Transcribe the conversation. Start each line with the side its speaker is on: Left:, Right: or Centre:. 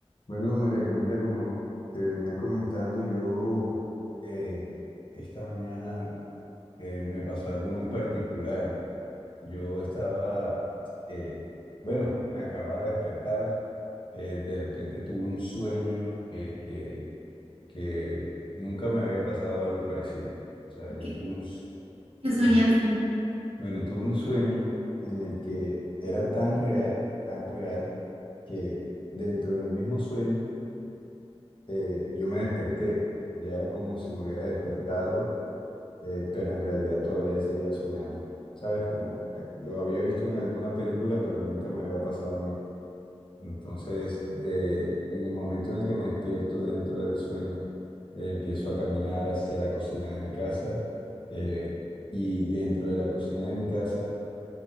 Left: Bueno, María Camila, como te venía comentando, yo eh, esta mañana eh, me pasó algo muy particular. Yo estaba, eh, bueno, me acababa de despertar, eh, de repente tuve un sueño eh, que, que nunca me había pasado algo parecido. O sea, yo
Right: ¿Qué,
Left: tuve un, s-
Right: qué soñaste?
Left: eh, bueno, tuve un sueño en el que era tan real, tan real, que dentro del mismo sueño, eh, yo me desperté, ya era como si me hubiera despertado, eh, pero en realidad todavía seguía soñando, ¿sabes? Como eh, lo había visto en alguna película, pero nunca me había pasado a mí. Entonces, de, en el momento en el que me despierto dentro del sueño, eh, empiezo a caminar hacia la cocina de mi casa eh, y dentro de la cocina de mi casa